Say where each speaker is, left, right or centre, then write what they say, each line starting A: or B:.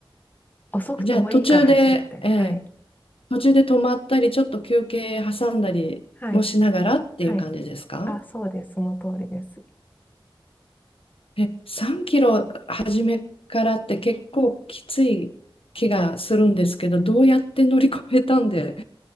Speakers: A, on the left; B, on the left.
A: 遅くてもいいから走りきたい。
B: え。じゃあ、途中で、ええ。
A: はい。
B: 途中で止まったり、ちょっと休憩挟んだりもしながらっていう感じですか
A: はい。はい。あ、そうです。その通りです。
B: え、3キロ初めからって結構きつい気がするんですけど、どうやって乗り越えたんで